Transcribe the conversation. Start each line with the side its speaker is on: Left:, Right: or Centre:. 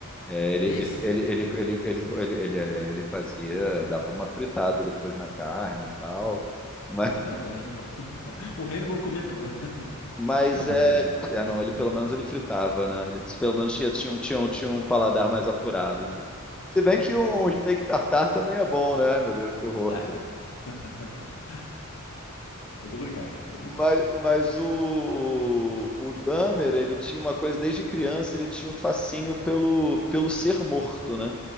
Centre: É, ele,
Left: É
Centre: ele,
Left: esse?
Centre: ele, ele, ele, ele,
Left: Esse mesmo.
Centre: ele, ele, é, ele fazia, dava uma fritada depois na carne e tal. Mas,
Left: Tá melhor que o Hannibal. <laughs> O Hannibal comia crua. <laughs>
Centre: mas
Left: Hannibal
Centre: é,
Left: é terrível, velho.
Centre: é, não, ele pelo menos ele fritava, né? Ele pelo menos tinha, tinha, um- tinha, um- tinha um paladar mais apurado, né? Se bem que um steak tartar também é bom, né? Ai, meu Deus, que horror.
Left: Tá, é <laughs> É complicado, é complicado.
Centre: Mas, mas o, o Dahmer, ele tinha uma coisa desde criança, ele tinha um fascínio pelo, pelo ser morto, né?